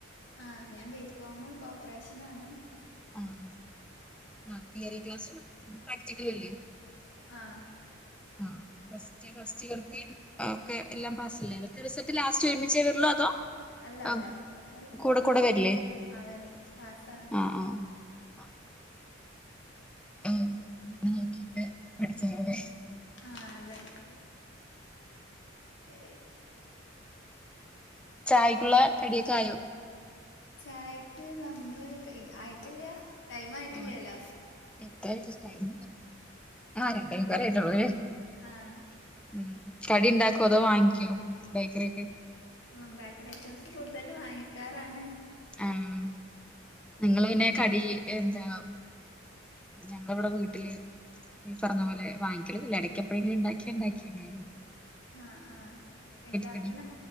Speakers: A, on the left; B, in the centre.
A: ആ ഞാൻ ബികോം കോപ്പറേഷന ആാണ്
B: ആ ആ ആ തിയറി ക്ലാസ്സും പ്രാക്ടിക്കല അല്ലേ
A: ആ
B: ആ ഫസ്റ്റ് ഇയർ ഒെ എല്ലാം പാസ്സല്ല ഇതത്തെ റിസൾട്ട് ലാസ്റ്റ് ഒരുമിച്ചേ വരുല്ലോ അതോ
A: അല്ല
B: ആ,
A: അല്ല റിസൾട്ടസ്
B: കൂടെ കൂടെ വരില്ലേ
A: ആ വരും പാസണ്
B: ആ ആ ആ ആ, പിന്നെ നോക്കിട്ട് പഠിക്കാ പോെ
A: ആതെ ഏ
B: ചായക്കുള്ള കടിയൊക്കെ ആയോ
A: ചായക്ക് നമ്മള് ആയിട്ടില്ല ടൈം ആയിട്ടില്ലല്ലോ
B: ആ എത്ര ടൈം ആ രണ്ട
A: ആഹ്
B: എനി പറട്ടുള്ളൂ
A: ആഹ്
B: ഉ കടി ഉണ്ടാക്കോ അതോ വാങ്ങി കോ ബേക്കറിക്ക്
A: ഉ ബേക്കറി ഐറ്റംസ് കൂടുതൽ വാങ്ങിക്കാറാണ്
B: ആനിങ്ങ പിന്നെ കടി എന്താ ഞങ്ങള ഇവിടെ വീട്ടില് ഈ പറഞ്ഞ പോലൊങ്ങിക്കലല്ല ഇടക്ക എപ്പഴെിലും ഉണ്ടാക്കിയാ ഉണ്ടാക്കിയങ്ങല്ല
A: ആ ആ ഉണ്ടാക്ക
B: കടി